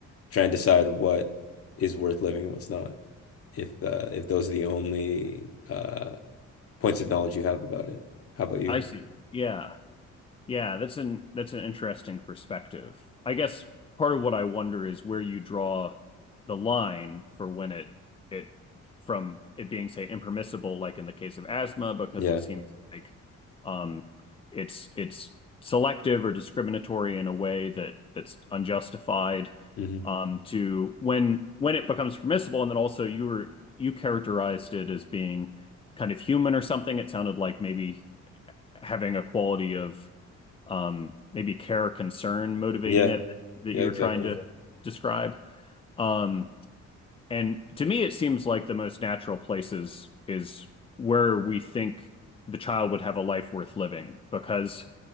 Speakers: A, on the left; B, on the left.
A: try and decide what is worth living and what's not. If uh, if those are the only uh, points of knowledge you have about it, how about you?
B: I see. Yeah. Yeah, that's an that's an interesting perspective. I guess part of what I wonder is where you draw the line for when it it from it being say impermissible, like in the case of asthma, because
A: Yeah.
B: it seems like um, it's it's selective or discriminatory in a way that that's unjustified.
A: hmm
B: Um, to when when it becomes permissible, and then also you were you characterized it as being kind of human or something. It sounded like maybe having a quality of um, maybe care or concern motivating
A: Yeah.
B: it that
A: Yeah.
B: you
A: Exactly.
B: were trying to describe. Um, And to me, it seems like the most natural places is where we think the child would have a life worth living. Because